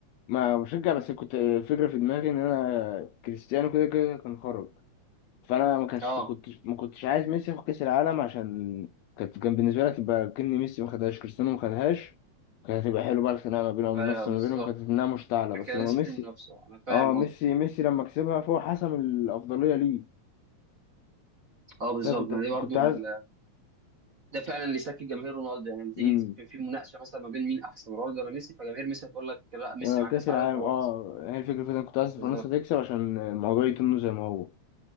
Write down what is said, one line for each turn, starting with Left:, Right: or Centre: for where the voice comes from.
Left: ما بشجع بس كنت الفكره في دماغي ان انا كريستيانو كده كده كان خرج فانا ما كانش
Right: اه
Left: كنت ما كنتش عايز ميسي ياخد كاس العالم عشان كانت كان بالنسبه لي تبقى كأن ميسي ما خدهاش كريستيانو ما خدهاش كانت هتبقى حلوه بقى الخناقه ما بينهم
Right: ايوه
Left: والمنافسه
Right: بالظبط
Left: ما بينهم كانت انها مشتعله
Right: فكده
Left: بس لما
Right: لسه
Left: ميسي
Right: في منافسه انا فاهم
Left: اه ميسي
Right: قصدي
Left: ميسي لما كسبها فهو حسم الافضليه ليه
Right: اه بالظبط
Left: فكنت
Right: ما دي برضو
Left: كنت عايز
Right: ال... ده فعلا اللي يسكت جماهير رونالدو يعني لما تيجي
Left: مم.
Right: في في مناقشه مثلا ما بين مين احسن رونالدو ولا ميسي فجماهير ميسي هتقول لك لا ميسي
Left: آه،
Right: مع كاس
Left: كأس العالم
Right: عالم فهو
Left: اه
Right: احسن
Left: هي الفكرة في إن أنا كنت عايز
Right: بالظبط
Left: فرنسا تكسب عشان الموضوع يتم زي ما هو